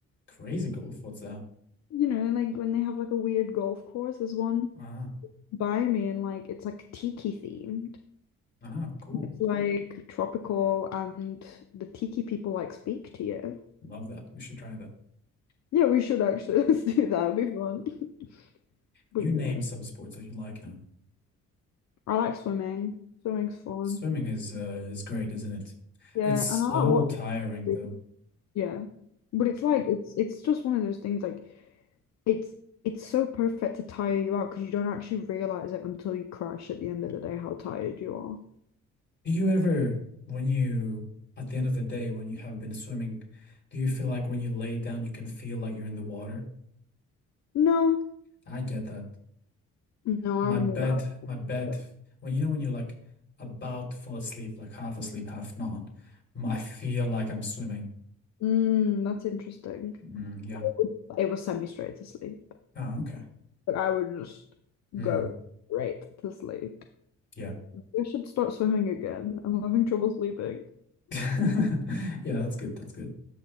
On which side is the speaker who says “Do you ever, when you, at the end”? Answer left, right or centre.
Left